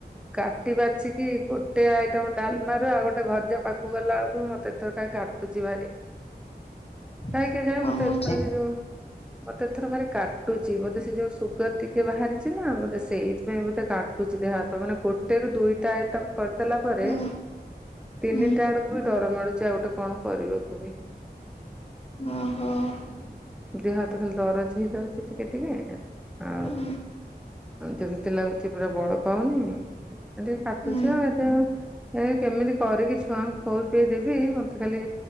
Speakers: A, in the centre; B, on the left (about 35°).
A: କାଟି ବାଛିିକି ଗୋଟେ ଆଇଟମ୍ ଡ଼ାଲମା ରୁ ଆଉ ଗୋଟେ ଭଜା ପାଖକୁ ଗଲାବେଳକୁ ମୋତେ ତ କାହିଁ କାଟ୍ ତୁଜିି ଭାଟି <unintelligible>
B: <unintelligible>
A: କାହିଁ କେଜାଣି
B: କଣ
A: ମତେ
B: ହଉଛି
A: ଏଥର <inaudible> କିଜୁ <unintelligible> ମତେ ଏଥର ଭାରି କାଟୁଚି ମୋତେ ସେ <inaudible> ଯେଉଁ ସୁଗାର ଟିକେ ବାହାରିଛି ନା ମୋତେ ସେଇଥିପାଇଁ ବୋଧେ କାଟୁଚି ଦେହ ହାତ ମାନେ ପୋ <unintelligible> ଦୁଇଟା ଆଇଟମ୍ କରି ଦେଲା ପରେ
B: ହଁ
A: ତିନିଟା
B: ହୁଁ
A: ଆଡ଼କୁ ବି ଡର ମାଡ଼ୁଛି ଆଉ ଗୋଟେ କଣ କରିବାକୁ ବି
B: ଓହୋ। <inaudible>
A: ଦେହ ହାତ ଖାଲି ଦରଜ ହେଇଯାଉଛି ଟିକେ ଟିକେ <unintelligible>
B: ହୁଁ
A: ଯେମିତି ଲାଗୁଛି ପୁରା ବଳ ପାଉନି। କିନ୍ତୁ କାଟୁଛି
B: ହୁଁ
A: ଆଉ କେମିତି କରିକି ଛୁଆଙ୍କୁ ଖୋଇ ପେଇ ଦେବି ମତେ ଖାଲି